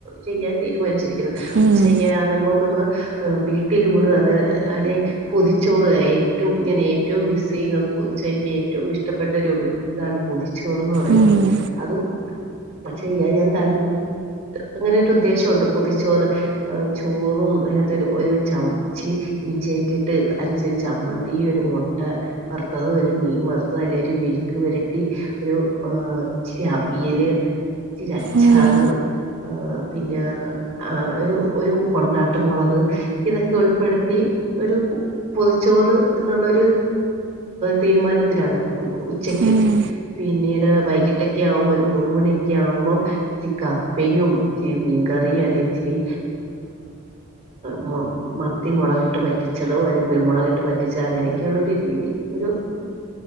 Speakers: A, on the right; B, on the right.
A: ചെയ്യാൻ തീരുമാനിച്ചിരിക്കുന്നത്
B: ഉം
A: ഉച്ചഒക്കെ ആവുമ്പോ നമ്മള് വീട്ടിലൂണ് അത് അല്ലെ പൊതിച്ചോറ് ഏറ്റവുംങ്ങനെ ഏറ്റവും മിസ്സ് ചെയ്യുന്നത് പൊതിചോ എനിക്ക് ഏറ്റവും ഇഷ്ടപ്പെട്ട ഒരു ഇതാണ് പൊതിചോ ചോറ്ന്ന് പറയുന്നത്
B: ഉം
A: അതും പക്ഷൊ ഞാൻ <inaudible> അങ്ങനെരു ഉദ്ദേശണ്ട് പൊതിച്ചോറ് ചോറും അയിനാത്തു ഒരു ചിരി ഇഞ്ചിഒക്കെ ഇട്ട് അരച്ചിരി ചമ്മന്തി ഒരു മുട്ട വറുത്തത് ഒരു മീൻ വറുത്തത് അല്ലെ ഒരു വിഴുക്ക് വരട്ടി ഒരു ഇച്ചരി വിയല് ഇച്ചിരി അച്ചാറ്
B: ഉം
A: ആ പിന്നെ ആ ഒരു ഒരു കൊണ്ടാട്ടംമൊ ളക് ഇതൊക്കെ ഉൾപ്പെടുത്തി ഒരു പൊതിച്ചോറന്നുള്ളരു തീരുമാനത്തിലാണ് ഉ ഉച്ചക്ക്
B: ഉം
A: പിന്നെ വൈകിട്ടൊക്കെ ആവുമ്പോ ഒരു മൂന്ന് മണിക്കെആകുമ്പോ ഇച്ചി കപ്പയും ഇച്ചി മീൻകറിയും അല്ലേ ഇച്ചിരി മ മത്തി മുളക ഇട്ട് പറ്റിച്ചതോ അല്ല കുരുമുളകിട്ട് പറ്റിച്ചതോ അങ്ങനെയൊക്കെയള്ള ഒരു രീതി ഒരു